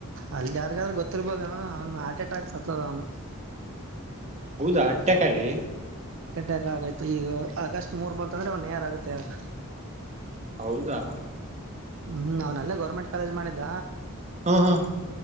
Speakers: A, on the right; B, on the right.
A: ಅಲ್ಲಿ ಯಾರಿಗಾದ್ರೂ ಗೊತ್ತಿರ್ಬೋದ ಅವನು ಹಾರ್ಟ್ ಅಟ್ಯಾಕ್ ಸತ್ತದ ಅವನು
B: ಹೌದಾ ಅಟ್ಟೆಕಾಗಿಿ
A: ಹಾ ಕಂಟಕ್ ಆಗಯ್ತು ಈಗ ಆಗಸ್ಟ್ ಮೂರ್ ಬಂತಂದ್ರೆ ಒನ್ ಯಾರ್ ಆಗುತ್ತೆ ಆಗ
B: ಹೌದಾ
A: ಹ್ಮ್ ಅವ್ನಲ್ಲೇ ಗೌರ್ಮೆಂಟ್ ಕಾಲೇಜ್ ಮಾಡಿದ್ದ
B: ಹಾ ಹಾ